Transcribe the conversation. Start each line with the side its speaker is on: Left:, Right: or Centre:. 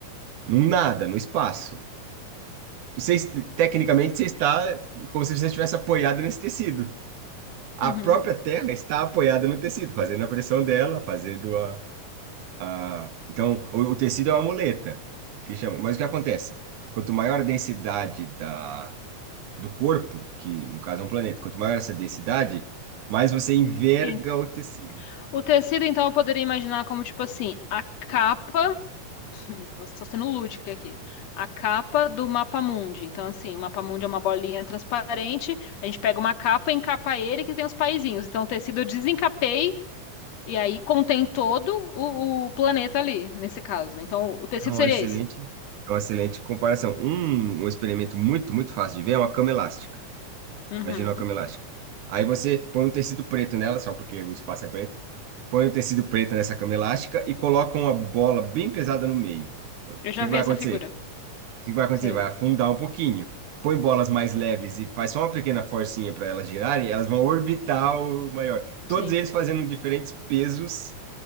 Right: Num nada, no espaço. Você, es- tecnicamente, você está como se você estivesse apoiado nesse tecido. A
Left: Uhum,
Right: própria Terra está apoiada no tecido, fazendo a pressão dela, fazendo a, Ah, então, o, o tecido é uma muleta, que chama. Mas o que acontece? Quanto maior a densidade da, do corpo, que no caso é um planeta, quanto maior essa densidade, mais você enverga
Left: sim.
Right: o tecido.
Left: O tecido, então, eu poderia imaginar como tipo assim, a capa <laughs> Estou sendo lúdica aqui. A capa do mapa mundi. Então, assim, o mapa mundi é uma bolinha transparente. A gente pega uma capa e encapa ele que tem os paizinhos. Então, o tecido eu desencapei e aí contém todo o, o planeta ali, nesse caso. Então, o tecido
Right: É uma
Left: seria
Right: excelente,
Left: esse.
Right: é uma excelente comparação. Um, um experimento muito, muito fácil de ver é uma cama elástica.
Left: Uhum.
Right: Imagina uma cama elástica. Aí você põe um tecido preto nela, só porque o espaço é preto. Põe um tecido preto nessa cama elástica e coloca uma bola bem pesada no meio. O
Left: Eu já
Right: que que
Left: vi
Right: vai
Left: essa
Right: acontecer?
Left: figura.
Right: O que vai acontecer?
Left: Sim,
Right: Vai afundar um pouquinho. Põe bolas mais leves e faz só uma pequena forcinha para elas girarem, elas vão orbitar o maior. Todos
Left: sim,
Right: eles fazendo diferentes pesos